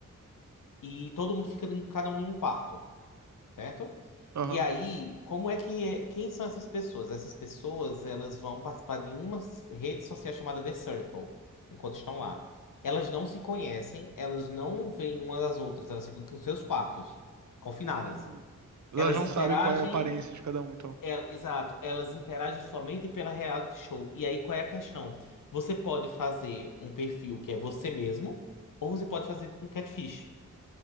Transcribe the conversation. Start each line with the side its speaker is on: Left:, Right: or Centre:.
Left: E todo mundo fica em, cada um em um quarto certo?
Right: Aham.
Left: E aí, como é que é- quem são essas pessoas? Essas pessoas, elas vão participar de uma s- rede social chamada The Circle, enquanto estão lá. Elas não se conhecem, elas não veem uma das outras, elas ficam em seus quartos, confinadas.
Right: Hum. Elas
Left: Elas
Right: não
Left: interagem,
Right: sabem qual é a aparência de cada um, então.
Left: é, exato, elas interagem somente pela reality show. E aí, qual é a questão? Você pode fazer um perfil que é você mesmo, ou você pode fazer tipo, um catfish